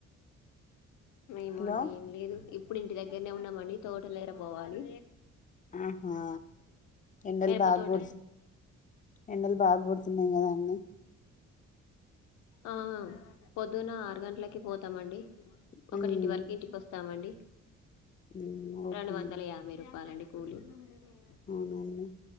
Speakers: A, on the left; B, on the left.
A: మేం
B: హలో
A: అండి ఏం లేదు ఇప్పుడు ఇంటి దగ్గరనే ఉన్నామని తోట లే ఎర పోవాలి
B: ఆహా ఎండలు
A: మిరప
B: బాగా
A: తోట
B: కుడుతు ఎండలు బాగా కుడుతున్నాయి కదా అన్నీ
A: ఆ పొద్దున ఆరు గంటలకి పోతామండి
B: అండి
A: ఒకటింటి వరకు ఇంటికి వస్తామండి
B: హ్మ్ ఓకే
A: రెండు వందల
B: అండి
A: యాభై రూపాయలండి పోలీ <unintelligible>
B: అవునండి